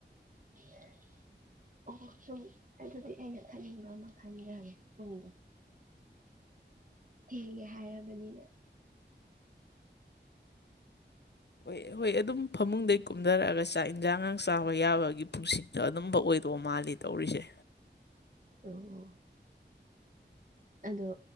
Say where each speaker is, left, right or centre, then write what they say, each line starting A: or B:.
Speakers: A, on the right; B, on the left.
A: <inaudible> ꯑꯣ ꯁꯨꯝ ꯑꯗꯨꯗꯤ ꯑꯩꯅ ꯈꯟꯅꯤꯡꯕ ꯑꯃ ꯈꯟꯈ꯭ꯔꯦ ꯌꯨꯝꯗꯣ ꯊꯦꯡꯒ ꯍꯥꯏꯔꯕꯅꯤꯅ
B: ꯍꯣꯏ ꯍꯣꯏ ꯑꯗꯨꯝ ꯐꯃꯨꯡꯗꯒꯤꯩ ꯀꯨꯝꯊꯔꯛꯑꯒ ꯆꯥꯛ ꯌꯦꯟꯁꯥꯡꯒꯥꯡ ꯆꯥꯕ ꯌꯥꯕꯒꯤ ꯄꯨꯟꯁꯤꯗꯣ ꯑꯗꯨꯝꯕ ꯑꯣꯏ ꯇꯣ ꯃꯥꯜꯂꯤ ꯇꯧꯔꯤꯁꯦ
A: ꯑꯣ ꯑꯣ ꯑꯗꯣ